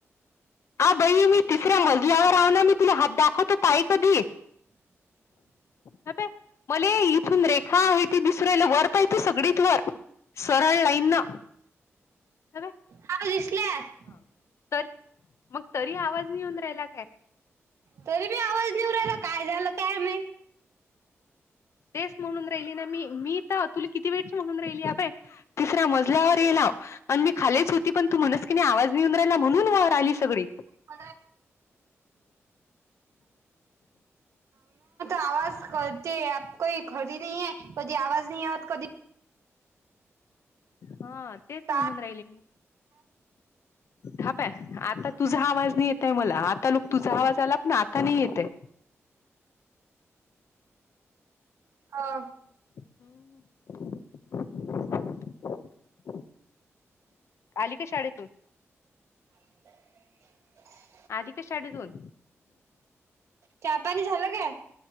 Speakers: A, on the left (about 65°); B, on the right (about 75°).
A: आ बई मी तिसऱ्या मजल्यावर आव ना मी तुला हात दाखवत ताई कधी? गप ये. मले इथून रेखा आहे ती दिसर रायला वर पाहिती सगळीत वर, सरळ लाईन न. अबे
B: हा दिसलं.
A: हा. तर, मग तरी आवाज येऊन राहिला काय?
B: तरी बी आवाज निव राहिला, काय झालं काय माहीत.
A: तेच म्हणून राहिली ना मी, मी तर तुला किती वेळची म्हणून राहिली अभय, तिसऱ्या मजल्यावर येला. आणि मी खालेच होती, पण तू मनस्कीने आवाज नेऊन राहिला, म्हणून वर आली सगळीत.
B: <inaudible> आवाज करते, अँप कही खडी नाही हे, कधी आवाज नाही यत कधी
A: हा. तेच
B: काय
A: म्हणून राहिले मग, हा पय, आता तुझा आवाज नाही येत? तर मला, आता लुक तुझा आवाज आलात ना, आता नाही येतय.
B: हा.
A: <unintelligible> आली का शाळेतून?
B: <inaudible>
A: आधी का शाडीतुन?
B: चहा, पाणी झालं काय?